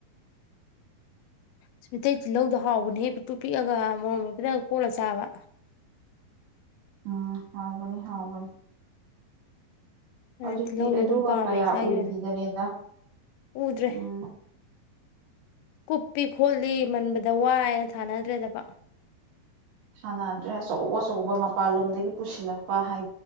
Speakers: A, on the left; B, on the right.
A: ꯁ ꯃꯩꯇꯩ ꯇꯤꯜꯍꯧꯗꯣ ꯍꯥꯎꯕꯅꯦꯍꯦ ꯄꯤꯛꯇꯨ ꯄꯤꯛꯑꯒ ꯑꯃꯝ ꯃꯐꯦꯠꯇꯪ ꯀꯣꯛꯂ ꯆꯥꯕ
B: ꯎꯝ ꯍꯥꯎꯒꯅꯤ ꯍꯥꯎꯒꯅꯤ
A: ꯑꯗꯨꯅ
B: ꯍꯧꯖꯤꯛꯇꯤ
A: ꯇꯤꯜꯍꯧꯁꯦ
B: ꯑꯗꯨꯒ
A: ꯑꯗꯨꯝ ꯄꯥꯝꯃꯦ
B: ꯀꯌꯥ
A: ꯏꯁꯥꯒꯤ
B: ꯎꯈꯤꯗꯅꯤꯗ
A: ꯑꯣꯏꯅ ꯎꯗ꯭ꯔꯦ
B: ꯎꯝ
A: ꯀꯨꯞꯄꯤ ꯈꯣꯠꯂꯤ ꯃꯟꯕꯗ ꯋꯥꯏꯅ ꯊꯥꯅꯗ꯭ꯔꯦꯗꯕ
B: ꯁꯥꯟꯅꯗ꯭ꯔꯦ ꯑꯆꯧ ꯑꯆꯧꯕ ꯃꯄꯥꯟꯂꯣꯝꯗꯒꯤ ꯄꯨꯁꯤꯜꯂꯛꯄ ꯍꯥꯏ